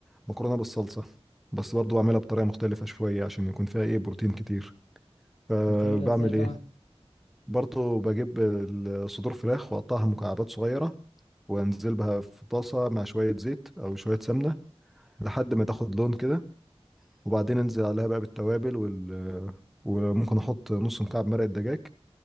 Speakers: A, in the centre; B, on the left.
A: مكرونه بالصلصه بس برضو بعملها بطريقه مختلفه شويه عشان يكون فيها ايه بروتين كتير فبعمل
B: بتعملها ازاي بقى
A: ايه برضو بجيب صدور فراخ واقطعها مكعبات صغيره وانزل بها في طاسه مع شويه زيت او شويه سمنه لحد ما تاخد لون كده وبعدين انزل عليها بقى بالتوابل وال وممكن احط نص مكعب مرقه دجاج